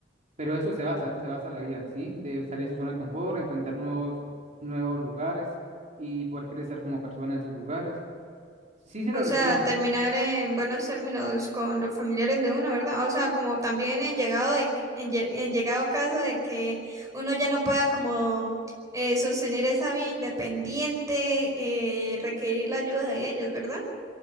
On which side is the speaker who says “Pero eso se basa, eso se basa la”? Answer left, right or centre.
Right